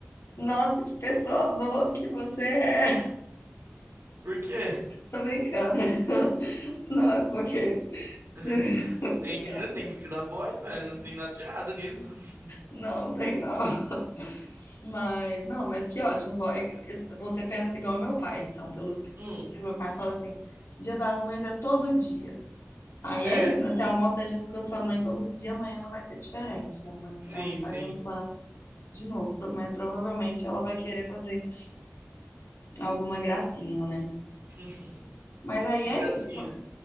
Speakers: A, on the left; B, on the right.
A: Nossa, que pessoa boa que você é.
B: por quê?
A: Tô brincando. <laughs> Não, é porque...
B: <laughs>
A: <laughs> Achei
B: Tem
A: engraçado.
B: que, tem que filar boy, mano. Não tem nada de errado nisso. <laughs>
A: Não, tem não. Mas, não, mas que ótimo. Bom, é que é, Você pensa igual meu pai, então, pelo visto.
B: Hum,
A: Porque meu pai fala assim: Dia das Mães é todo dia. Aí
B: é.
A: é isso, né? Você almoça junto com a sua mãe todo dia, amanhã não vai ser diferente, né? Amanhã você
B: Sim,
A: vai almoçar
B: sim.
A: junto com ela de novo. Pro- Mas provavelmente ela vai querer fazer alguma gracinha, né?
B: <laughs>
A: Mas aí
B: Que
A: é
B: gracinha.
A: isso.